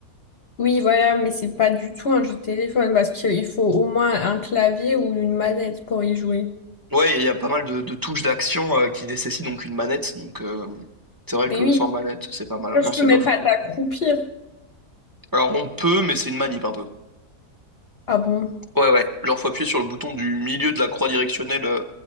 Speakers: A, on the left (about 50°); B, on the right (about 25°).
A: Oui, voilà, mais c'est pas du tout un jeu de téléphone parce qu'il faut au moins un clavier ou une manette pour y jouer.
B: Ouais, il y a pas mal de, de touches d'action euh, qui nécessitent donc une manette, donc euh, c'est vrai
A: Mais
B: que
A: oui,
B: sans manette, c'est pas mal.
A: je
B: Enfin, c'est
A: peux même
B: bof.
A: pas t'accroupir.
B: Alors on peut, mais c'est une manip un peu.
A: Ah bon?
B: Ouais, ouais. Genre, faut appuyer sur le bouton du milieu de la croix directionnelle euh,